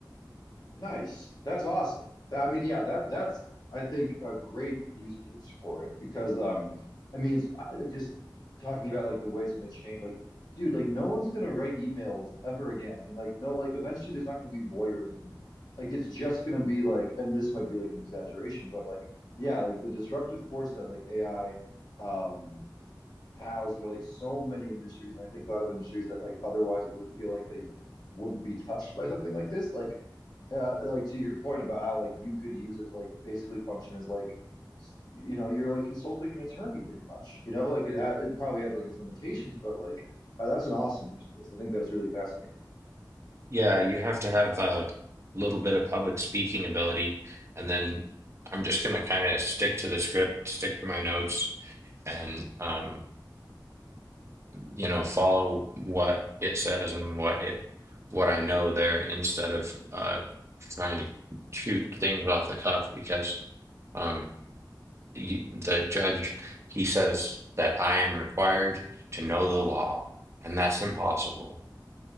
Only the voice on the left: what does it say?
Nice. That's awesome. That- I mean, yeah, that that's I think a great use case for it because um I mean it's I- like just talking about like the way it's going to change like dude like no one's going to write emails ever again and like no like eventually there's not going to be lawyers anymore. Like it's just going to be like and this might be like an exaggeration but like yeah, like the disruptive force that like AI um has for like so many industries, and I think a lot of industries that like otherwise would feel like they wouldn't be touched by something like this. Like, uh, like to your point about how like you could use it to like basically function as like, you know, you're like consulting an attorney pretty much. You know, like it has it probably has like its limitations, but like uh, that's an awesome use case. I think that's really fascinating.